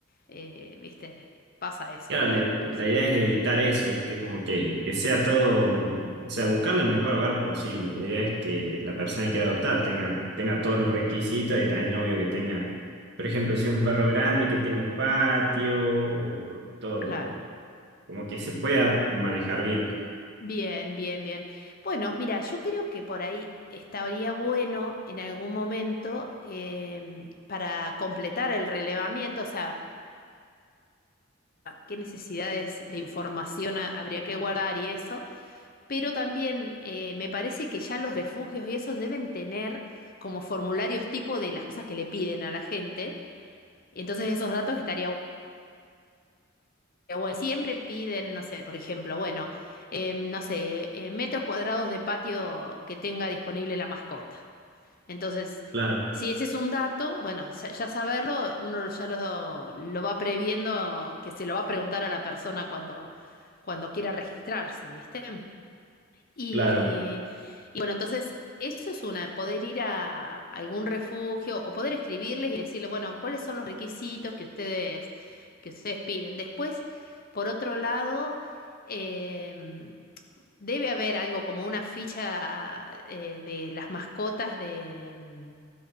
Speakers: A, on the left (about 45°); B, on the right (about 60°).
A: Eh, ¿viste? Pasa eso
B: Claro,
A: también,
B: le-
A: me parece.
B: la idea es evitar eso, ¿viste? Como que, que sea todo, mm, o sea, buscarle el mejor hogar posible. La idea es que la persona que quiera adoptar tenga, tenga todos los requisitos y también obvio que tenga, por ejemplo, si es un perro grande, que tenga un patio, o todo,
A: Claro.
B: como que se pueda manejar bien.
A: Bien, bien, bien. Bueno, mira, yo creo que por ahí estaría bueno en algún momento em, para completar el relevamiento, o sea, qué necesidades de información ha- habría que guardar y eso Pero también eh, me parece que ya los refugios y esos deben tener como formularios tipo de las cosas que le piden a la gente. Entonces esos datos estaría bu- bueno. Siempre piden, no sé, por ejemplo, bueno, eh, no sé, eh, metros cuadrados de patio que tenga disponible la mascota. Entonces,
B: Claro,
A: si ese es un dato, bueno, sa- ya saberlo, uno ya lo, lo va previendo, que se lo va a preguntar a la persona cuando, cuando quiera registrarse, ¿viste? Y,
B: claro.
A: y bueno, entonces eso es una, poder ir a algún refugio o poder escribirles y decirle, bueno, ¿cuáles son los requisitos que ustedes, que ustedes piden? Después, por otro lado, em, debe haber algo como una ficha eh, de las mascotas de... em,